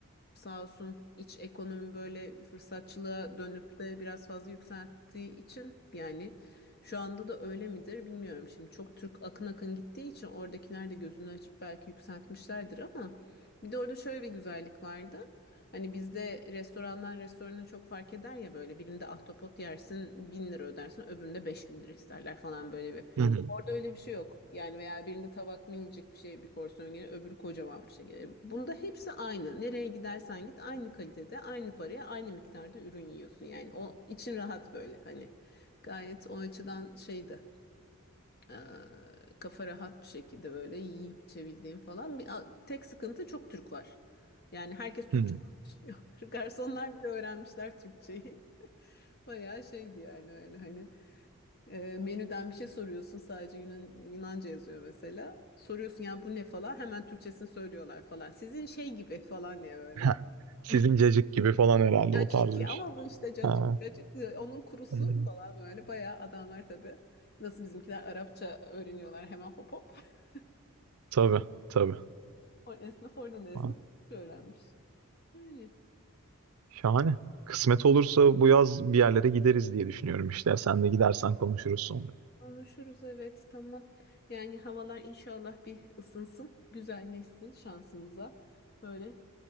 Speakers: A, on the left; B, on the right.
A: sağ olsun iç ekonomi böyle fırsatçılığa dönüp de biraz fazla yükselttiği için yani şu anda da öyle midir bilmiyorum. Şimdi çok Türk akın akın gittiği için oradakiler de gözünü açıp belki yükseltmişlerdir ama bir de orada şöyle bir güzellik vardı. Hani bizde restorandan restorana çok fark eder ya böyle birinde ahtapot yersin bin lira ödersin öbüründe beş bin lira isterler falan böyle bir
B: Hı Hı.
A: Orada öyle bir şey yok. Yani veya birinde tabak minicik bir şey bir porsiyon gelir, öbürü kocaman bir şey gelir. Bunda hepsi aynı. Nereye gidersen git aynı kalitede, aynı paraya, aynı miktarda ürün yiyorsun. Yani o için rahat böyle hani. Gayet o açıdan şeydi. eee, kafa rahat bir şekilde böyle yiyip içebildiğim falan. Bir, a- tek sıkıntı çok Türk var. Yani herkes Türkçe
B: hı.
A: konuşuyor. <laughs> Garsonlar bile öğrenmişler Türkçeyi. <laughs> Bayağı şeydi yani öyle hani. E, menüden bir şey soruyorsun sadece Yunan, Yunanca yazıyor mesela. Soruyorsun ya bu ne falan hemen Türkçesini söylüyorlar falan. Sizin şey gibi falan diye böyle.
B: Heh. Sizin
A: <laughs>
B: cacık gibi falan herhalde
A: Caciki
B: o tarz bir
A: ama
B: şey.
A: bu işte cacık,
B: Ha.
A: cacık onun kurusu
B: Hı hı.
A: falan böyle bayağı adamlar tabii. Nasıl bizimkiler Arapça öğreniyorlar hemen hop hop. <laughs>
B: Tabii, tabii.
A: O esnaf oradan da esnaf
B: Ha.
A: öğrenmiş. Yani
B: Şahane. Kısmet olursa bu yaz bir yerlere gideriz diye düşünüyorum işte. Sen de gidersen konuşuruz sonra.
A: konuşuruz evet tamam. Yani havalar inşallah bir ısınsın, güzelleşsin şansımıza. Böyle